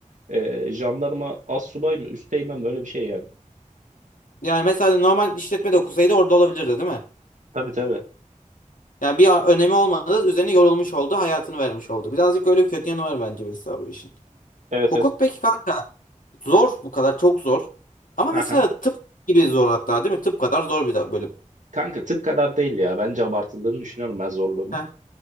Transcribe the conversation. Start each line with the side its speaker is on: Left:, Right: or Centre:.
Right: e, jandarma az subay mı üsteğmen böyle bir şey yani.
Left: yani mesela normal işletme de okusaydı orada olabilirdi değil mi?
Right: Tabii tabii.
Left: Yani bir a- önemi olmadı üzerine yorulmuş oldu hayatını vermiş oldu. Birazcık öyle bir kötü yanı var bence mesela bu işin.
Right: Evet
Left: Hukuk
Right: evet.
Left: peki kanka zor bu kadar çok zor. Ama
Right: Aha.
Left: mesela tıp gibi zor hatta değil mi? Tıp kadar zor bir de bölüm.
Right: Kanka tıp kadar değil ya. Bence abartıldığını düşünüyorum ben zorluğunu.
Left: Heh,